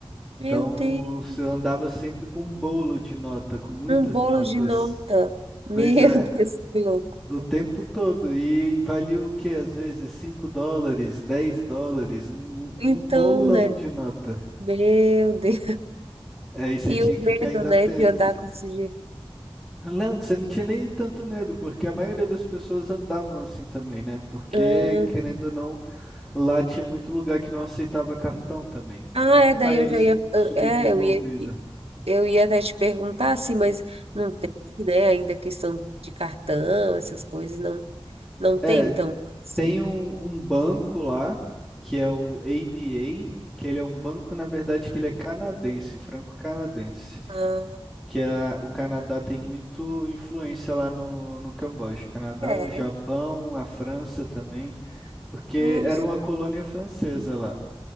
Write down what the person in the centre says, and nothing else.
Então,
eu andava sempre com um bolo de nota, com muitas
notas.
Pois
é,
no tempo todo. E valia o quê? Às vezes 5 dólares, 10 dólares, um,
um bolão
de nota.
Aí você
tinha
que
ficar ainda
atento.
Leandro, você não tinha nem tanto medo, porque a maioria das pessoas andavam assim também, né? Porque,
querendo ou não, lá tinha muito lugar que não aceitava cartão também.
Então, É um
país
subdesenvolvido.
É.
Tem um, um banco lá, que é o ABA, que ele é um banco, na verdade, que ele é canadense, franco-canadense,
que a, o Canadá tem muito influência lá no, no Camboja. Canadá,
o Japão, a França também, porque
era uma colônia francesa lá.